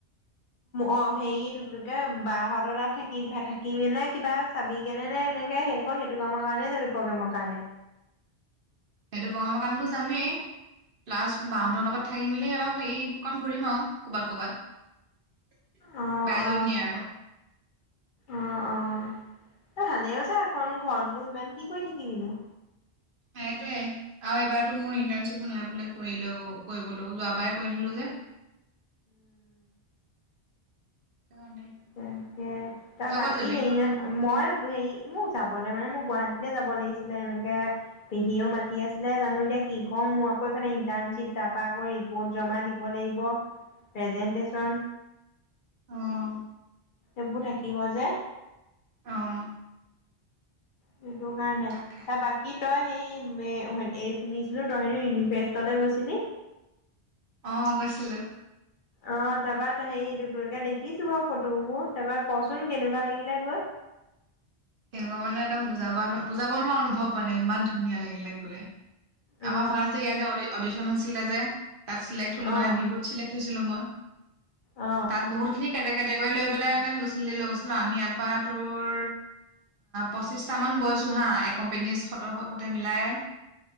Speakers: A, on the left; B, on the right.
A: অ হেৰি তোকে বাহঁতৰ তাত থাকি থাকিবি নে কিবা চাবি কেনে নে এনেকে সেই অকল সেইটো কামৰ কাৰণেই যাবি প্ৰগ্ৰেমৰ কাৰণে
B: এইটো বগা ম কণতো যামেই প্লাছ বাহঁতৰ লগত থাকি মেলি অলপ হেৰিকণ ঘূৰিম আৰু কৰ'বাত কৰ'বাত
A: অ
B: বাই
A: অ
B: যত নিয়ে আৰু
A: অ অ তই ভালেইওছা আকনো ঘৰতনো ইমান কি কৰি থাকিবিনো
B: সেইটোৱে আৰু এইবাৰতো মোৰ ইন্টাৰশ্বিপো নাই বোলে কৰিলে কৰিবলৈ যোৱাবাৰ কৰি যে সেইকাৰণে
A: ত ত
B: তই
A: বাকী
B: ক'ত যাবি?
A: হেৰি মই হেৰি মোক যাব মানে মোক গুৱাহাটীতে যাব লাগিছিলে এনেকে পেহীও মাতি আছিলে জানো এতিয়া কি কম মোৰ আকৌ এইফালে ইন্টাৰ্নশ্বিপ তাৰপ আকৌ ৰিপৰ্ট জমা দিব লাগিব প্ৰেজেনটন
B: অ',
A: এইবোৰ থাকিব যে
B: অ',
A: সেইটো কাৰণে
B: তাকে
A: সে বাকী কি তই সেই এৰি শুনিছিলো তই হেন ইউনিফেষ্টলৈ গৈছিলি
B: অ গৈছিলো
A: অ তাৰপাত হেৰি দুকে দেখিছো বাৰু ফটোবোৰ তাৰপা কচোন কেনেকুৱা লাগিলে গৈ
B: তেনেকুৱা মানে একদম বুজাব বুজাব নোৱাৰা অনুভৱ মানে ইমান ধুনীয়া লাগিলে গৈ
A: অ
B: আমাৰ ফাৰ ইয়াত অডিশন নেযায় তাত চে্ট হলো
A: অ
B: মানে বিহুতিলেক্ হৈছিলো মই
A: অ
B: তাত বহুত খিনি কেটে কেটেকৈ লৈ পেলাই লচ লৈ গৈছিলো আমি ইয়াৰপা তোৰ পঁচিছটামান গৈছো হা এ এক কোম্পেনী সতে মিলাই